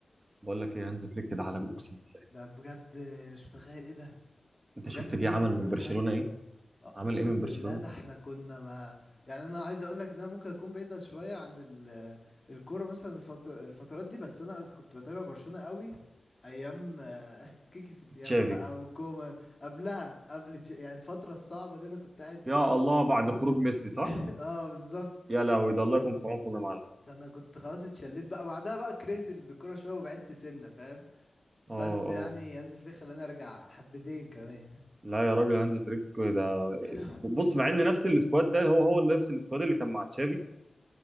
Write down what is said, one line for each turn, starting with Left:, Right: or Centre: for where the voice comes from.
Right: بقول لك ايه هانز فليك ده عالمي اقسم
Left: <laughs>
Right: بالله.
Left: ده بجد آه، مش متخيل إيه ده
Right: انت شفت
Left: بجد
Right: جه
Left: بيعمل
Right: عمل
Left: كل
Right: من برشلونه
Left: حاجة
Right: ايه
Left: آه،
Right: عمل
Left: أقسم
Right: ايه من
Left: بالله
Right: برشلونه
Left: ده إحنا كنا ما يعني أنا عايز أقول لك إن أنا ممكن أكون بعيد شوية عن ال... الكورة مثلا الفتر... الفترات دي بس أنا كنت بتابع برشلونة قوي أيام آه، <laughs> كيكي ستيان
Right: تشافي
Left: بقى وكومان قبلها قبل تش- يعني الفترة الصعبة دي أنا كنت قاعد في
Right: يا
Left: برشلونة
Right: الله بعد خروج ميسي صح
Left: <laughs> اه بالظبط
Right: يا لهوي ده الله يكون في عونكم يا معلم
Left: ده انا كنت خلاص اتشليت بقى بعدها بقى كرهت الكوره شويه وبعدت سنه فاهم بس
Right: اه
Left: يعني
Right: اه
Left: هانز فليك خلاني ارجع حبتين كمان
Right: لا يا راجل هانز فليك ده
Left: ايه ده
Right: بص مع ان
Left: ايه
Right: نفس
Left: ده
Right: السكواد ده هو هو نفس السكواد اللي كان مع تشافي